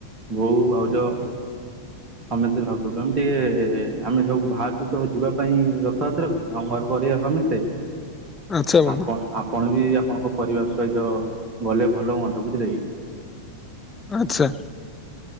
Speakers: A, on the right (about 30°); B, on the left (about 15°).
A: ବୋଉ ଭାଉଜ।
B: <inaudible>
A: ସମସ୍ତେ ଠାକୁର ପ୍ରେମୀ ଟିକେ ଆମେ ସବୁ ବାହାରୁଛୁ ତ ଯିବା ପାଇଁ ରଥଯାତ୍ରାକୁ ଆମ ଘର ପରିବାର ସମସ୍ତେ।
B: <inaudible> ବନ୍ଧୁ
A: ଆପଣ ଆପଣ ବି ଆପଣଙ୍କ ପରିବାର ସହିତ ଗଲେ ଭଲ ହୁଅନ୍ତା ବୁଝିଲେ କି?
B: ଆଚ୍ଛା।